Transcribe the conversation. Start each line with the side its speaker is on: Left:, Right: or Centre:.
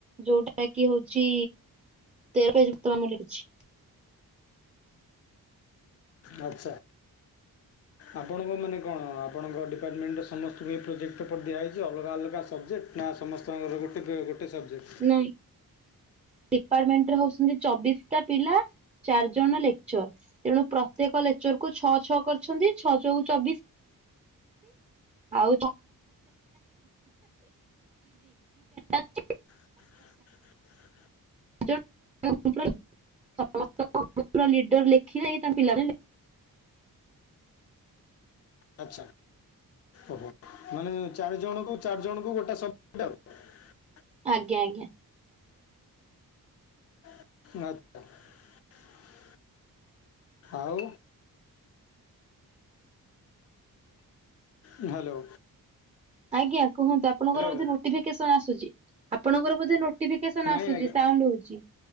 Right: ଯୋଉଟା କି ହଉଛି ତେର ଯୁକ୍ତ ଲେଖିଛି।
Left: ଆଚ୍ଛା। ଆପଣଙ୍କ ମାନେ କଣ ଆପଣଙ୍କ ଡିପାର୍ଟମେଣ୍ଟର ସମସ୍ତଙ୍କୁ ଏ ପ୍ରୋଜେକ୍ଟ ଉପ ଦିଆଯାଇଛି ଅଲଗା ଅଲଗା ସବଜେକ୍ଟ। ନା ସମସ୍ତଙ୍କର ଗୋଟେ, ଗୋଟେ ସବଜେକ୍ଟ।
Right: ନାଇଁ ଡିପାର୍ଟମେଣ୍ଟରେ ହଉଛନ୍ତି ଚବିଶ ଟା ପିଲା ଚାର ଜଣ ଲେକ୍ଚର। ତେଣୁ ପ୍ରତ୍ୟେକ ଲେକ୍ଚର କୁ ଛଅ, ଛଅ କରିଛନ୍ତି ଛଅ ଚଉ ଚବିଶ। ଆଉ <unintelligible> <unintelligible>
Left: <inaudible>
Right: <unintelligible> <unintelligible> ସମସ୍ତଙ୍କ ଲିଡର ଲେଖିବେ ତା ପିଲାମାନେ
Left: ଆଚ୍ଛା ଓହ ମାନେ ଚାରି ଜଣଙ୍କ ଚାରି ଜଣଙ୍କ ଗୋଟେ ସବ <unintelligible>
Right: ଆଜ୍ଞା ଆଜ୍ଞା।
Left: <unintelligible> ଆଉ। ହ୍ୟାଲୋ।
Right: ଆଜ୍ଞା କୁହନ୍ତୁ, ଆପଣଙ୍କର
Left: ହ୍ୟାଲୋ
Right: ବୋଧେ ନୋଟିଫିକେସନ ଆସୁଛି। ଆପଣଙ୍କର ବୋଧେ, ନୋଟିଫିକେସ
Left: ନାଇଁ
Right: ଆସୁଛି
Left: ଆଜ୍ଞା
Right: ସାଉଣ୍ଡ ହଉଛି।